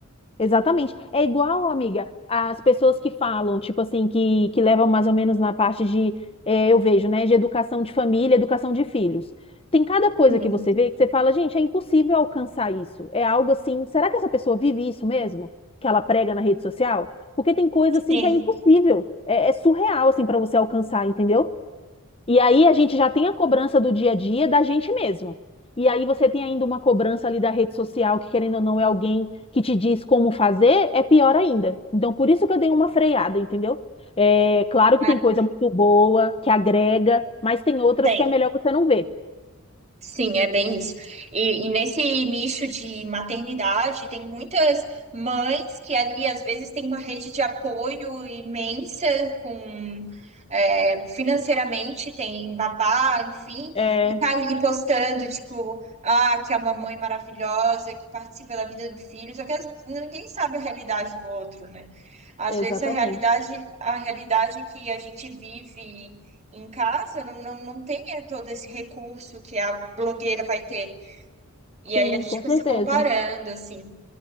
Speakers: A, on the left (about 25°); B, on the right (about 30°).
A: exatamente. É igual, amiga, as pessoas que falam, tipo assim, que, que levam mais ou menos na parte de, é, eu vejo, né, de educação de família, educação de filhos. Tem cada coisa
B: Hum,
A: que você vê que você fala, gente, é impossível alcançar isso. É algo assim, será que essa pessoa vive isso mesmo? Que ela prega na rede social? Porque tem coisa assim
B: Sim,
A: que é impossível, é, é surreal assim para você alcançar, entendeu? E aí a gente já tem a cobrança do dia a dia da gente mesmo. E aí você tem ainda uma cobrança ali da rede social, que querendo ou não é alguém que te diz como fazer, é pior ainda. Então por isso que eu dei uma freada, entendeu? É, claro que
B: é,
A: tem coisa muito boa, que agrega, mas tem outras
B: tem.
A: que é melhor você não ver.
B: Sim, é bem isso. E, e nesse nicho de maternidade, tem muitas mães que ali, às vezes, têm uma rede de apoio imensa com. é, financeiramente tem babá, enfim,
A: É,
B: e tá ali postando, tipo, ah, que é uma mãe maravilhosa, que participa da vida do filho, só que as- ninguém sabe a realidade do outro, né? Às
A: exatamente.
B: vezes a realidade, a realidade que a gente vive em casa não, não, não tem eh, todo esse recurso que a blogueira vai ter. E
A: Sim,
B: aí a gente
A: com
B: fica
A: certeza.
B: se comparando, assim.